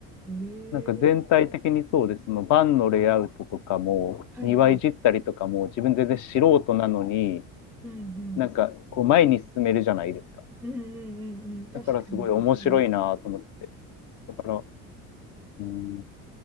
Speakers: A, in the centre; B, on the left.
A: ええ
B: なんか全体的にそうです。そのバンのレイアウトとかも、
A: はいはい。
B: 庭いじったりとかも、自分全然素人なのに、
A: うんうん。
B: なんかこう前に進めるじゃないですか。
A: うんうんうんうん。確かに確かに。
B: だからすごい面白いなと思って。だから、うん、